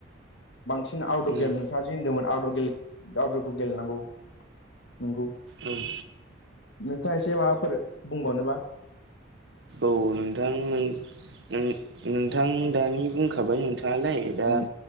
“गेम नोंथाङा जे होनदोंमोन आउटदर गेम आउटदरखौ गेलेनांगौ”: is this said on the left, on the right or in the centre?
Left